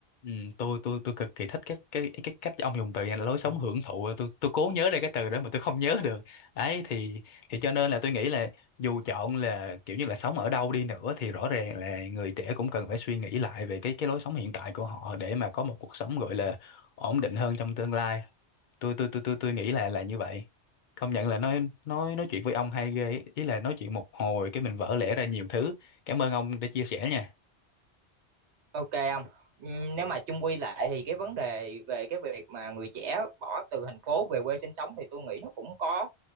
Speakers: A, on the left; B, on the right.
A: ừ, tôi tôi tôi cực kỳ thích cái cái cái cách ông dùng từ này là lối sống hưởng thụ tôi tôi cố nhớ ra cái từ đó mà tôi không nhớ được đấy thì thì cho nên là tôi nghĩ là dù chọn là kiểu như là sống ở đâu đi nữa thì rõ ràng là người trẻ cũng cần phải suy nghĩ lại về cái cái lối sống hiện tại của họ để mà có một cuộc sống gọi là ổn định hơn trong tương lai tôi tôi tôi tôi tôi nghĩ là là như vậy công nhận là nói nói nói chuyện với ông hay ghê ý là nói chuyện một hồi cái mình vỡ lẽ ra nhiều thứ cảm ơn ông đã chia sẻ nha
B: ok không nếu mà chung quy lại thì cái vấn đề về cái việc mà người trẻ bỏ từ thành phố về quê sinh sống thì tôi nghĩ nó cũng có